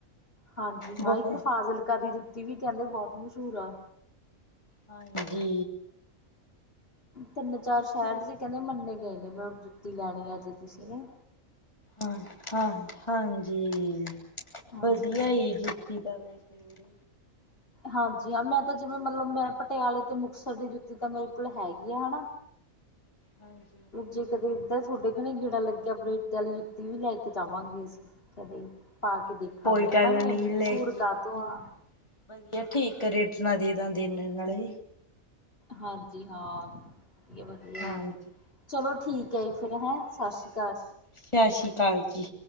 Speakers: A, on the left; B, on the left.
A: ਹਾਜੀ
B: ਬਹੁ
A: ਹਾ ਇੱਕ ਫਾਜ਼ਿਲਕਾ ਦੀ ਜੁੱਤੀ ਵੀ ਕਹਿੰਦੇ ਬਹੋਤ ਮਸ਼ਹੂਰ ਆ।
B: ਹਾਂਜੀ।
A: ਤਿੰਨ- ਚਾਰ
B: ਜੁੱਤੀਆਂ
A: ਸ਼ਹਿਰ ਜੇ ਕਹਿੰਦੇ ਮੰਨੇ ਗਏ ਨੇ ਮਤਲਬ ਜੁੱਤੀ ਲੈਣੀ ਆ ਜੇ ਤੁਸੀ ਨਾ।
B: ਹਾ- ਹਾ ਹਾਜੀ
A: ਹਾਂਜੀ
B: ਵਧੀਆ
A: ਹਾਂ।
B: ਈ ਏ ਜੁੱਤੀ ਤਾ ਵੈਸੇ। <inaudible>
A: ਹਾਜੀ ਹਾ ਮੈ ਤਾ ਜਿਵੇ ਮਤਲਬ ਮੈ ਪਟਿਆਲੇ ਤੇ ਮੁਕਤਸਰ ਦੀ ਜੁੱਤੀ ਤਾ ਮੇਰੇ ਕੋਲ ਹੈਗੀ ਆ ਹਨਾ।
B: ਹਾਂਜੀ।
A: ਜੇ ਕਦੇ ਇਧਰ ਤੁਹਾਡੇ ਘਣੇ ਗੇੜਾ ਲੱਗਿਆ ਬਰੇਟਾ ਆਲੀ ਜੁੱਤੀ ਵੀ ਲੈ ਕੇ ਜਾਵਾਗੇ ਅਸੀ, ਕਦੇ। ਪਾ ਕੇ ਦੇਖਾਗੇ
B: ਕੋਈ ਗੱਲ
A: ਹਨਾ ਵੀ
B: ਨਹੀਂ
A: ਇੰਨੀ
B: ਲੈ
A: ਮਸ਼ਹੂਰ
B: ਕੇ
A: ਕਾਹਤੋ
B: ਜਾਇਓ
A: ਆ।
B: ਵਧੀਆ ਠੀਕ ਰੇਟ ਨਾ ਦੇ ਦੇਦੇ ਨੇ ਨਾਲੇ।
A: ਹਾਂਜੀ ਹਾ। ਵਧੀਆ- ਵਧੀਆ
B: ਹਾਂਜੀ
A: ਜੀ ਚਲੋ ਠੀਕ ਹੈ ਜੀ ਫੇਰ ਹੈ, ਸਤਿ ਸ਼੍ਰੀ ਅਕਾਲ।
B: ਸਾਸ਼ੀ ਕਾਲ ਜੀ।